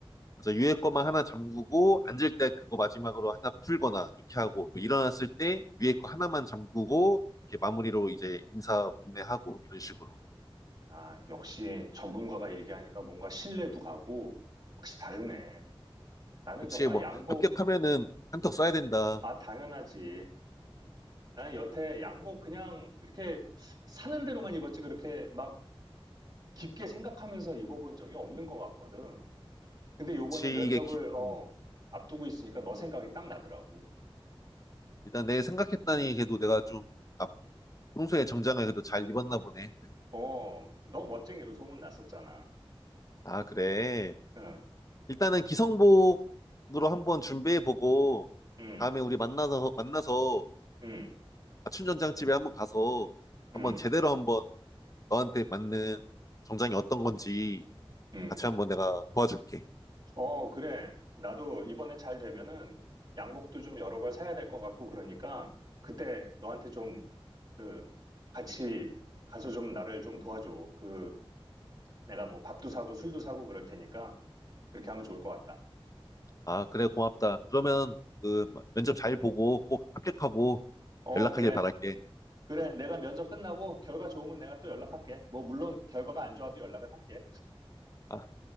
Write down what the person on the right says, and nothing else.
아, 역시 전문가가 얘기하니까 뭔가 신뢰도 가고, 확실히 다르네. 나는
정말
양복,
아, 당연하지. 나는 여태 양복 그냥 이렇게 사는 대로만 입었지, 그렇게 막 깊게 생각하면서 입어본 적이 없는 것 같거든. 근데 요번에
면접을,
어,
앞두고 있으니까 너 생각이 딱 나더라고.
어, 너 멋쟁이로 소문 났었잖아.
응,
응,
응,
응,
응.
어, 그래. 나도 이번에 잘 되면은 양복도 좀 여러 벌 사야 될 것 같고 그러니까 그때 너한테 좀 그 같이 가서 좀 나를 좀 도와줘. 그 내가 뭐 밥도 사고 술도 사고 그럴 테니까 그렇게 하면 좋을 것 같다.
어,
그래.
그래. 내가 면접 끝나고 결과 좋으면 내가 또 연락할게. 뭐 물론 결과가 안 좋아도 연락은 할게.